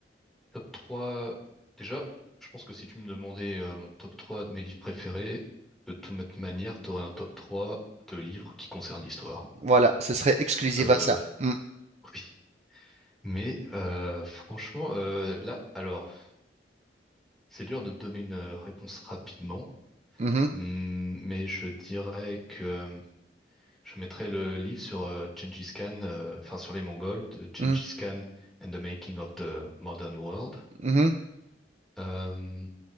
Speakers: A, in the centre; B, on the right.
A: Top 3. Déjà, je pense que si tu me demandais euh, mon top 3 de mes livres préférés, de toute manière, t'aurais un top 3 de livres qui concernent l'histoire.
B: Voilà, ce serait exclusif
A: Euh,
B: à ça. Mm,
A: oui. Mais euh, franchement, euh, là, alors, c'est dur de te donner une euh, réponse rapidement,
B: mhm,
A: Hmm, mais je dirais que euh, je mettrais le livre sur euh, Gengis Khan, euh, enfin sur les Mongols, de Gengis
B: mhm,
A: Khan and the Making of the Modern World.
B: mhm.
A: Euh,